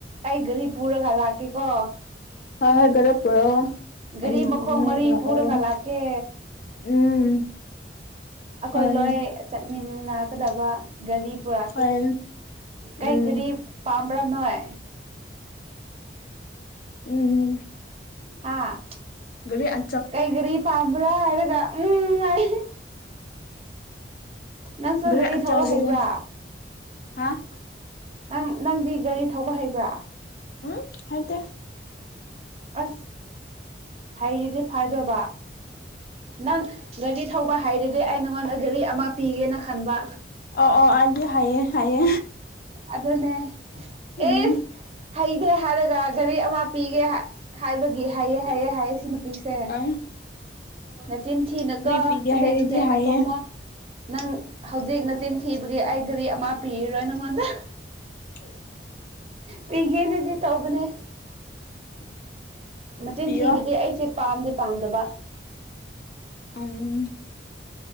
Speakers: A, on the right; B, on the left.
A: ꯑꯩ ꯒꯥꯔꯤ ꯄꯨꯔꯒ ꯂꯥꯛꯀꯦꯀꯣ
B: ꯍꯣꯏ ꯍꯣꯏ ꯒꯥꯔꯤ ꯄꯨꯔꯛꯣ
A: ꯒꯥꯔꯤ
B: ꯑ
A: ꯃꯈꯣꯡ
B: ꯅꯣꯏ
A: ꯃꯔꯤ
B: ꯂꯥꯛꯑꯣ
A: ꯄꯨꯔꯒ ꯂꯥꯛꯀꯦ
B: ꯎꯝ
A: ꯑꯩꯈꯣꯏ
B: ꯍꯣꯏ
A: ꯂꯣꯏ ꯆꯠꯃꯤꯟꯅꯒꯗꯕ ꯒꯥꯔꯤ ꯄꯨꯔꯛꯀꯦ
B: ꯍꯣꯏ
A: ꯀꯩ
B: ꯎꯝ
A: ꯒꯥꯔꯤ ꯄꯥꯝꯕ꯭ꯔꯥ ꯅꯣꯏ
B: ꯎꯝ
A: ꯍꯥꯥ
B: ꯒꯥꯔꯤ ꯑ
A: ꯀꯩ ꯒꯥꯔꯤ ꯄꯥꯝꯕ꯭ꯔꯥ ꯍꯥꯏꯔꯒ ꯎꯝ ꯍꯥꯏ ꯅꯪꯁꯨꯒꯔꯤ
B: ꯒꯥꯔꯤ ꯑꯆꯧꯕꯗ
A: ꯊꯧꯕ ꯍꯩꯕ꯭ꯔꯥ
B: ꯍꯥ
A: ꯅꯪ ꯅꯪꯗꯤ ꯒꯥꯔꯤ ꯊꯧꯕ ꯍꯩꯕ꯭ꯔꯥ
B: ꯍꯨꯝ ꯍꯩꯇꯦ
A: ꯑꯁ ꯍꯩꯔꯗꯤ ꯐꯥꯏꯗꯣꯏꯕ ꯅꯪ ꯒꯥꯔꯤ ꯊꯧꯕ ꯍꯥꯏꯔꯗꯤ ꯑꯩ ꯅꯉꯣꯟꯗ ꯒꯥꯔꯤ ꯑꯃ ꯄꯤꯒꯦꯅ ꯈꯟꯕ
B: ꯑꯣ ꯑꯣ ꯑꯗꯤ ꯍꯥꯏꯌꯦ ꯍꯥꯏꯌꯦ
A: ꯑꯗꯨꯅꯦ
B: ꯎꯝ
A: ꯑꯦꯁ ꯍꯩꯗꯦ ꯍꯥꯏꯔꯒ ꯒꯥꯔꯤ ꯑꯃ ꯄꯤꯒꯦ ꯍꯥꯏꯕꯒꯤ ꯍꯥꯏꯑꯦ ꯍꯥꯏꯑꯦ ꯍꯥꯏꯌꯦ ꯁꯤ ꯅꯨꯄꯤꯁꯦ
B: ꯑꯝ
A: ꯅꯆꯤꯟ ꯊꯤꯅꯨꯀꯣ
B: ꯄꯤꯒꯦ
A: ꯇꯁꯦꯡ
B: ꯍꯥꯏꯔꯗꯤ
A: ꯇꯁꯦꯡꯅ
B: ꯍꯥꯏꯌꯦ
A: ꯈꯨꯝꯃꯣ ꯅꯪ ꯍꯧꯖꯤꯛ ꯅꯆꯤꯟ ꯊꯤꯕꯒꯤ ꯑꯩ ꯒꯔꯤ ꯑꯃ ꯄꯤꯔꯣꯏ ꯅꯪꯉꯣꯟꯗ꯫
B: ꯑꯣ
A: ꯄꯤꯒꯦꯅꯗꯤ ꯇꯧꯕꯅꯦ ꯃꯆꯤꯟ
B: ꯄꯤꯌꯣ
A: ꯊꯤꯕꯗꯤ ꯑꯩꯁꯦ ꯄꯥꯝꯗꯤ ꯄꯥꯝꯗꯕ꯫
B: ꯑꯝ